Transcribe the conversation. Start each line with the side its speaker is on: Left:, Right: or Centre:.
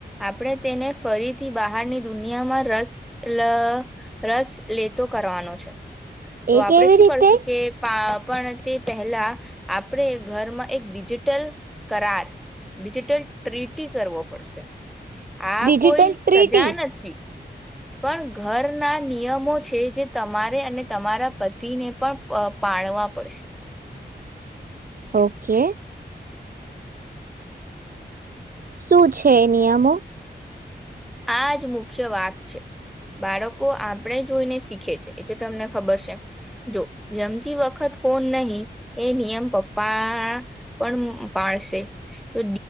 Centre: આપણે તેને ફરીથી બહારની દુનિયામાં રસ લ રસ લેતો કરવાનો છે તો
Right: એ
Centre: આપણેે
Right: કેવી
Centre: શું
Right: રીતે
Centre: કરશું કે પા પણ તે પહેલા આપણે ઘરમાં એક ડિજિટલ કરાર ડિજિટલ ટ્રીટી કરવો પડશે આ
Right: ડિજિટલ
Centre: કોઈ
Right: ટ્રીટી
Centre: સજા નથી પણ ઘરના નિયમો છે જે તમારે અને તમારા પતિને પણ પાણવા પડશે
Right: ઓકે શું છે નિયમો?
Centre: આ જ મુખ્ય વાત છે બાળકો આપણે જોઈને શીખે છે એટલે તમને ખબર છે જો જમતી વખત ફોન નહી એ નિયમ પપ્પા પણ પાડશે તો